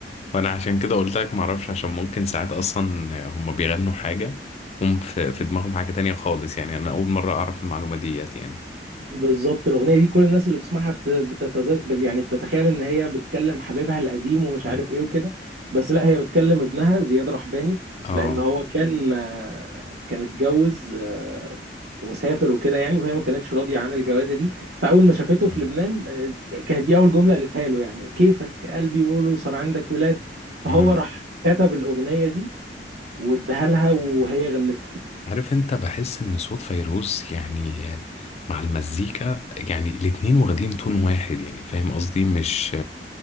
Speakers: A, on the left; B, on the right.
A: وانا عشان كده قلت لك معرفش عشان ممكن ساعات اصلا هم بيغنوا حاجة هم في, في دماغهم حاجة تانية خالص يعني انا اول مرة اعرف المعلومة ديت يعني
B: بالظبط الاغنيه دي كل الناس اللي بتسمعها بت- بتتذكر يعني بتتخيل ان هي بتكلم حبيبها القديم ومش عارف
A: أمم.
B: ايه وكده بس لا هي بتكلم ابنها زياد رحباني
A: اه
B: لان هو كان آه، كان اتجوز آه، وسافر وكده يعني وهي ما كانتش راضيه عن الجوازه دي فاول ما شافته في
A: أمم.
B: لبنان آه، كانت دي اول جمله قالتها له يعني كيفك قلبي يقوله صار عندك ولاد فهو
A: أمم.
B: راح كتب الاغنيه دي واداها لها وهي غنتها
A: عارف انت بحس ان صوت فيروز يعني مع المزيكا يعني الاتنين واخدين تون واحد يعني فاهم قصدي مش